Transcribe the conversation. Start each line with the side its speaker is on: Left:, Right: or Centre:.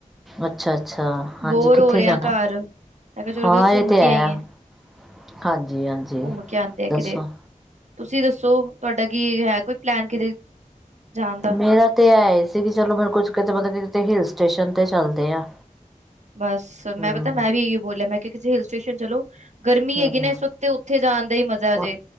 Centre: ਅੱਛਾ ਅੱਛਾ, ਹਾਂਜੀ
Right: ਬੋਰ
Centre: ਕਿੱਥੇ
Right: ਹੋ ਰਿਹਾ
Centre: ਜਾਣਾ?
Right: ਘਰ ਮੈਂ ਕਿਹਾ ਚਲੋ
Centre: ਹਾਂ,
Right: ਕਿਤੇ
Centre: ਏ
Right: ਘੁੰਮ
Centre: ਤੇ
Right: ਕੇ
Centre: ਹੈ।
Right: ਆਈਏ।
Centre: ਹਾਂਜੀ ਹਾਂਜੀ,
Right: ਘੁੰਮ ਕੇ ਆਉਂਦੇ ਆ
Centre: ਦੱਸੋ।
Right: ਕਿਤੇ ਤੁਸੀਂ ਦੱਸੋ ਤੁਵਾਡਾ ਕੀ ਹੈ ਕੋਈ ਪਲੈਨ ਕਿਤੇ ਜਾਣ ਦਾ?
Centre: ਮੇਰਾ ਤੇ ਐਏ ਸੀ ਕੀ ਚਲੋ ਮੈ ਕੁਛ, ਕਿਤੇ ਮਤਬ ਕਿਤੇ ਹਿਲ ਸਟੇਸ਼ਨ ਤੇ ਚੱਲਦੇ ਆ।
Right: ਬਸ ਮੈਂ
Centre: ਹੂੰ
Right: ਪਤਾ ਮੈਂ ਵੀ ਏਈਓ ਬੋਲਿਆ, ਮੈਂ ਕਿਆ ਕਿਸੇ ਹਿਲ ਸਟੇਸ਼ਨ ਚਲੋ ਗਰਮੀ
Centre: ਹੂੰ
Right: ਹੈਗੀ ਨਾ ਇਸ ਵਕਤ ਤੇ ਉੱਥੇ ਜਾਣ ਦਾ ਈ ਮਜ਼ਾ
Centre: ਉਹ
Right: ਜੇ।